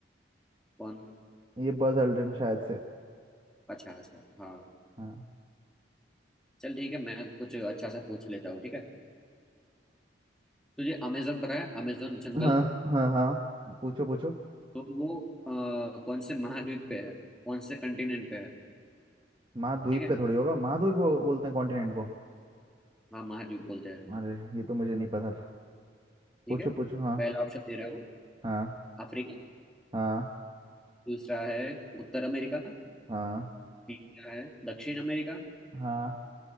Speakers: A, in the centre; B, on the right.
A: कौन
B: ये बज अल्ड्रिन शायद से
A: अच्छा अच्छा हाँ
B: हाँ
A: चल ठीक है मैं कुछ अच्छा सा पूछ लेता हूँ ठीक है तुझे अमेजोन पता है अमेजोन जंगल
B: हाँ हाँ हाँ पूछो पूछो
A: तो वो अ, कौन से महाद्वीप पे है कौन से कंटिनेंट पे है
B: महाद्वीप
A: ठीक है
B: पे थोड़ी होगा महाद्वीप हो- बोलते हैं कॉन्टिनेंट को
A: हाँ महाद्वीप बोलते हैं
B: अरे ये तो मुझे नहीं पता था
A: ठीक
B: पूछो
A: है
B: पूछो हाँ
A: पहला ऑप्शन दे रहा हूँ
B: हाँ
A: अफ्रीका
B: हाँ
A: दूसरा है उत्तर अमेरिका
B: हाँ
A: तीसरा है दक्षिण अमेरिका
B: हाँ